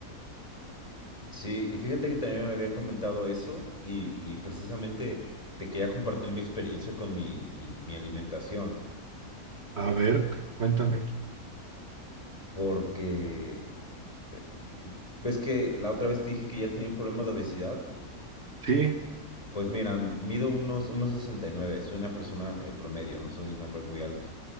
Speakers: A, on the left; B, on the right.
A: Sí, y fíjate que también me habían comentado eso y, y precisamente te quería compartir mi experiencia con mi, mi, mi alimentación,
B: A ver, cuéntame.
A: porque eh, ves que la otra vez te dije que ya tenía un problema de obesidad.
B: Sí,
A: Pues mira, m- mido unos, unos 69. soy una persona eh, promedio, no soy un hombre muy alto.